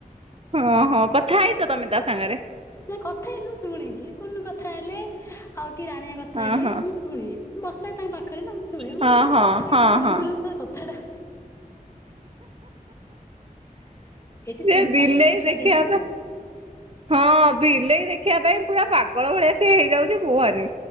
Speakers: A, on the right; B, on the left.
A: ହଁ ହଁ କଥା ହେଇଚ ତମେ ତା ସାଙ୍ଗରେ?
B: ନାଇଁ କଥା ହେଇନୁ ମୁଁ ଶୁଣିଚି କୁନୁ କଥା ହେଲେ ଆଉ କି ରାଣୀଆ କଥା
A: ହଁ
B: ହେଲେ
A: ହଁ
B: ମୁଁ ଶୁ ଶୁଣେ ମୁଁ ବସିଥାଏ ତାଙ୍କ ପାଖରେ ନା ମୁଁ ଶୁଣେ
A: ହଁ
B: ମୁଁ <unintelligible> କେତେ
A: ହଁ ହଁ
B: କଥା କେତେ ଗୁଲୁଗୁଲୁ
A: ହଁ।
B: ସେ କଥାଟା। ଏଠି
A: ସେ
B: ତିନିଟା
A: ବିଲେଇ
B: ଛୁଆ
A: ଦେଖିବା
B: ଦେଇଛି ନା।
A: ପାଇଁ ହଁ ବିଲେଇ ଦେଖିବା ପାଇଁ ପୁରା ପାଗଳ ଭଳିଆ ସିଏ ହେଇଯାଉଚି କୁହନି